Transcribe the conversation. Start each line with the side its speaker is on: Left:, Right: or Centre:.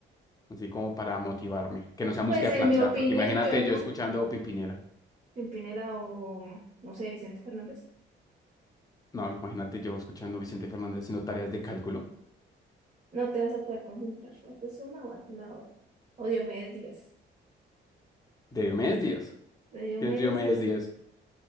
Left: así como para motivarme, que no sea música
Right: Pues en
Left: de planchar,
Right: mi opinión,
Left: porque imagínate
Right: yo no.
Left: yo escuchando Pimpinela,
Right: Pimpinela o, no sé, Vicente Fernández.
Left: no, imagínate yo escuchando Vicente Fernández haciendo tareas de cálculo
Right: No te vas a poder concentrar. Es una o haces la otra. O Diomedes Díaz.
Left: de Diomedes Díaz.
Right: De Diomedes
Left: ¿Quién es Diomedes
Right: Díaz.
Left: Díaz?